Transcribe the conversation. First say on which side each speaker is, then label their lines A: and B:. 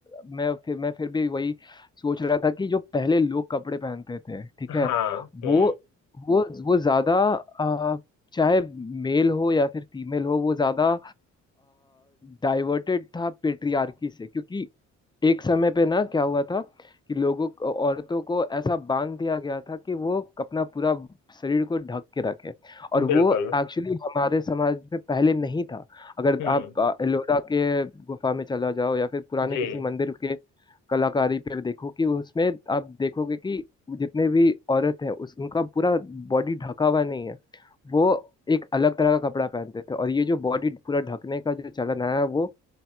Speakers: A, on the left; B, on the left.
A: मैं फिर मैं फिर भी वही सोच रहा था कि जो पहले लोग कपड़े पहनते थे ठीक
B: हाँ
A: है
B: हम्म
A: वो वो वो ज्यादा आ, चाहे मेल हो या फिर फीमेल हो वो ज्यादा डाइवर्टेड था पेट्रियार्की से क्योंकि एक समय पे ना क्या हुआ था कि लोगों को औरतों को ऐसा बांध दिया गया था कि वो अपना पूरा शरीर को ढक के रखे और
B: बिल्कुल
A: वो एक्चुअली हमारे समाज में पहले नहीं था अगर
B: हम्म
A: आप अ, एलोरा के गुफा में चला जाओ या फिर पुराने
B: जी
A: किसी मंदिर के कलाकारी पे देखो कि उसमें आप देखोगे कि जितने भी औरत हैं उस उनका पूरा बॉडी ढका हुआ नहीं है वो एक अलग तरह का कपड़ा पहनते थे और ये जो बॉडी पूरा ढकने का जो चलन आया है वो